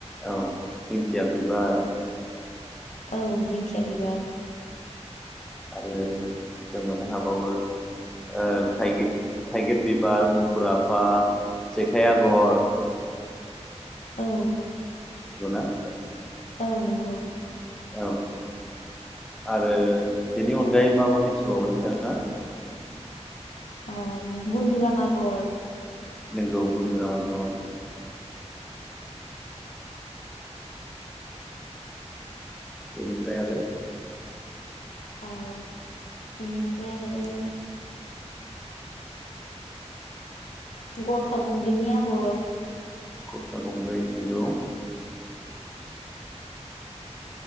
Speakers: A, in the centre; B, on the left.
A: औ दिंखिया बिबार
B: औ दिंखिया बिबार।
A: आरो जों मोननो हाबावो ओ थाइगिर बिबार मुफुर आफा जेखाइ आगर
B: औ
A: <inaudible> <unintelligible>
B: औ नंगौ
A: औ आरो बेनि अनगायै मा-मा मिथिबावो नोंथाङा
B: आ बिनि बन्दुराम आगर
A: नोंगौ बन्दुराम आगर इनिफ्राय आरो
B: ओ इनिफ्राय आरो गरखा गंब्रैनि आगर
A: गर्खा गंब्रै नंगौ